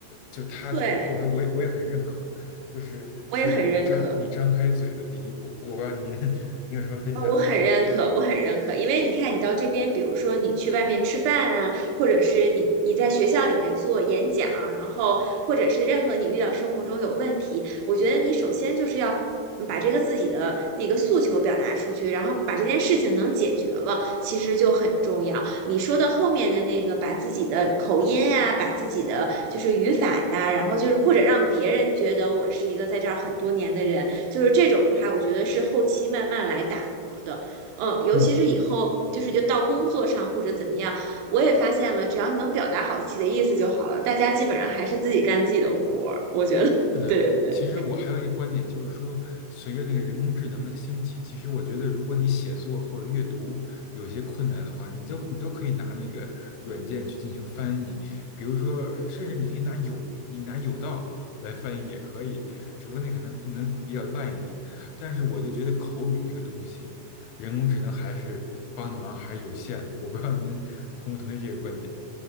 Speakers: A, on the left (about 85°); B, on the right (about 80°).
A: 就他觉得，
B: <laughs> 对，
A: 或者说我也我也很认可，就是是你张你张开嘴的第一步，
B: 我也很认可。
A: 我不知道您 <laughs> 您有什么分享？
B: 呃我很认可，
A: 对，
B: 我很认可，因为你看，你到这边，比如说你去外面吃饭啊，或者是你你在学校里面做演讲，然后或者是任何你遇到生活中有问题，我觉得你首先就是要嗯把这个自己的那个诉求表达出去，然后把这件事情能解决了，其实就很重要。你说的后面的那个，把自己的口音啊，把自己的就是语法呀，然后就是或者让别人觉得我是一个在这儿很多年的人，就是这种的话，我觉得是后期慢慢来打。活的。嗯，尤其是以后就是就到工作上或者怎么样，
A: 嗯，
B: 我也发现了，只要你能表达好自己的意思就好了，大家基本上还是自己干自己的活儿。我觉得，<laughs>
A: 是的，
B: 对对对。
A: 其实我还有一个观点，就是说，随着那个人工智能的兴起，其实我觉得，如果你写作或者阅读有一些困难的话，你就你都可以拿那个软件去进行翻译，比如说，甚至你可以拿有你拿有道来翻译也可以，只不过那可能能比较烂一点。但是我就觉得口语这个东西，人工智能还是帮的忙还是有限的。我不知道您同不同意这个观点。